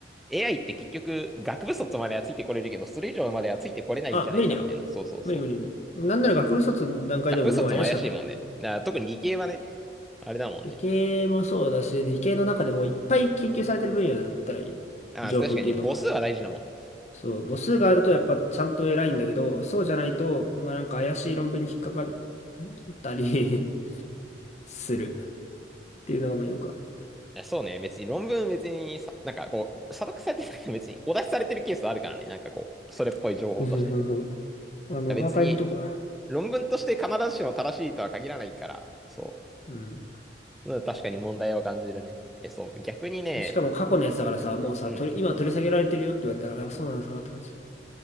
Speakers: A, in the centre; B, on the left (about 40°).
A: AI って結局、学部卒まではついてこれるけど、それ以上まではついてこれないんじゃないか、
B: あ、無理だよ。
A: みたいな。そうそうそう。
B: 無理無理無理。なんなら学部卒の段階でももう怪しかったもん。
A: 学部卒も怪しいもんね。だから特に理系はね、あれだもんね。
B: 理系もそうだし、理系の中でもいっぱい研究されてる分野だったらいい。
A: あ、
B: 情報系とか。
A: 確かに母数は大事だもんね。
B: そう、母数があるとやっぱちゃんと偉いんだけど、そうじゃないと、まあなんか怪しい論文に引っかかるったり <laughs> するっていうのがまあよくある。
A: あそうね、別に論文別にさ、なんかこう、査読されてたけど別にお出しされてるケースはあるからね。なんかこう、それっぽい情報として。
B: うんうんうんうんあの、
A: 別に、
B: アーカイブとか。
A: 論文として必ずしも正しいとは限らないから、そ
B: うん
A: う。うん確かに問題を感じるね。え、そう。逆にね、
B: しかも過去のやつだからさ、もうさ、
A: うん。
B: 取り今取り下げられてるよって言われたら、あ、そうなんですかって感じ。